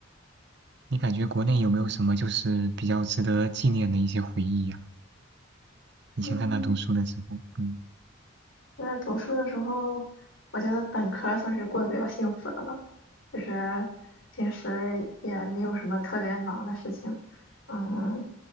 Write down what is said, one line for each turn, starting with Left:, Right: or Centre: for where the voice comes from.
Right: 你感觉国内有没有什么就是比较值得纪念的一些回忆呀、以前在那读书的时候，
Left: 嗯，
Right: 嗯。
Left: 那读书的时候，我觉得本科算是过得比较幸福的了，就是平时也没有什么特别忙的事情。嗯，